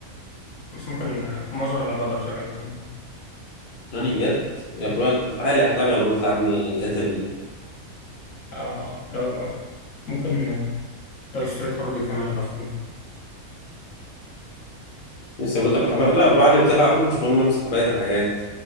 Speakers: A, on the left; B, on the left.
A: بس ممكن آه، معظم الالعاب اقدر اشغلها يعني
B: ناني بجد؟ يا
A: مم.
B: برو أنت بتحقق لي أحلامي يا برو بتلعب لي جاتا في
A: اه لو ممكن آه، لو اشتريت هارد كمان ابقى احمله
B: لسه يا برو أنت بتحملها يا برو عادي بتلعب مش مهم امسح بقية الحاجات